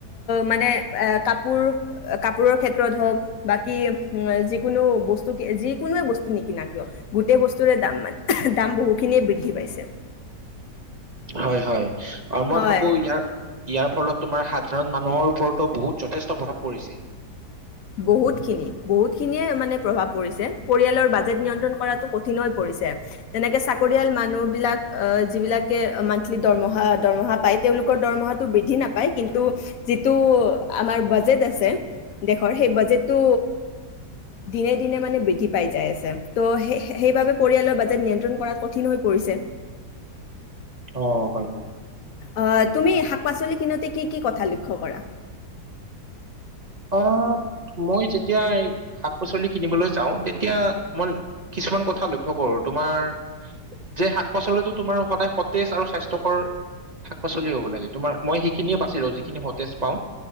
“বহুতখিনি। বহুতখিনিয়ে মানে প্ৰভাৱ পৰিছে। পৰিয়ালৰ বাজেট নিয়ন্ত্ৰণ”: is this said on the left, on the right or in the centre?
Left